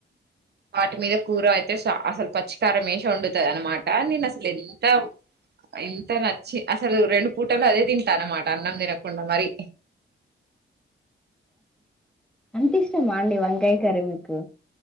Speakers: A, on the right; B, in the centre.
A: వాటి మీద కూర అయితే స అసలు పచ్చికారం వేసే వండుతది అన్నమాట నేను అసలు ఎంత ఇంత నచ్చి అసలు రెండు పూటల అదే తింటా అన్నమాట అన్నం తినకుండా మరి
B: అంతిష్టమా అండి వంకాయ కర్రీ మీకు